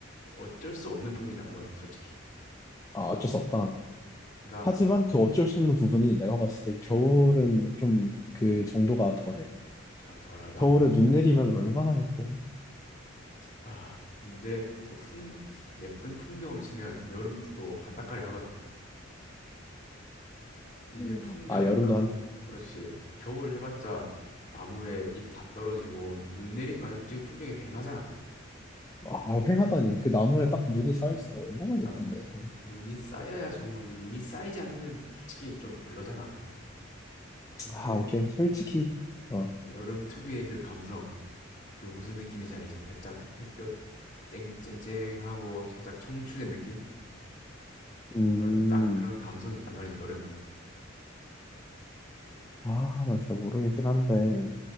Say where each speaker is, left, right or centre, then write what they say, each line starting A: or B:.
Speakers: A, on the left; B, on the left.
A: 어쩔 수 없는 부분이다 그거는 솔직히.
B: 아, 어쩔 수 없다.
A: 그러니까
B: 하지만 그 어쩔 수 없는 부분이 내가 봤을 때 겨울은 좀 그 정도가 덜해.
A: 아, 덜하다.
B: 겨울에 눈 내리면 얼마나 예뻐.
A: 아, 근데 또 풍, 예쁜 풍경으로 치면 여름도 또 한따까리 하거든. 이제
B: 음.
A: 풍경
B: 아, 여름도
A: 딱,
B: 한다.
A: 그렇지. 겨울 해봤자 나무에 잎 다 떨어지고 눈 내리는 거 아니면 솔직히 풍경이 휑하잖아.
B: 아, 휑하다니. 그 나무에 딱 눈이 쌓였을 때 얼마나
A: 그러니까
B: 예쁜데.
A: 눈이 쌓여야 좋은 거지. 눈이 쌓이지 않으면 솔직히 좀 별로잖아. 근데
B: 아, 오케이. 솔직히. 어.
A: 여름 특유의 그 감성, 그 무슨 느낌인지 알지? 살짝 햇볕 쨍쨍쨍하고 살짝 청춘의 느낌?
B: 음.
A: 그런 딱 그런 감성이 있단 말이지, 여름만에.
B: 아, 난 잘 모르겠긴 한데.